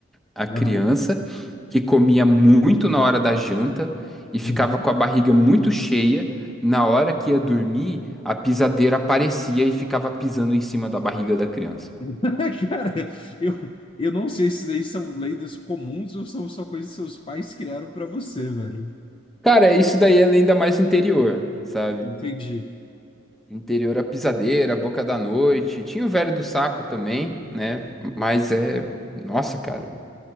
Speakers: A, in the centre; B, on the left.
A: A criança
B: Não.
A: que comia muito na hora da janta e ficava
B: Uhum.
A: com a barriga muito cheia. Na hora que ia dormir, a pisadeira aparecia e ficava pisando em cima da barriga da criança.
B: <laughs> Cara, eu, eu não sei se daí são lendas comuns ou são só coisas que seus pais criaram pra você, velho.
A: Cara, isso daí é ainda mais interior, sabe?
B: Entendi.
A: Interior a pisadeira, a boca da noite. Tinha o velho do saco também, né? Mas é. Nossa, cara.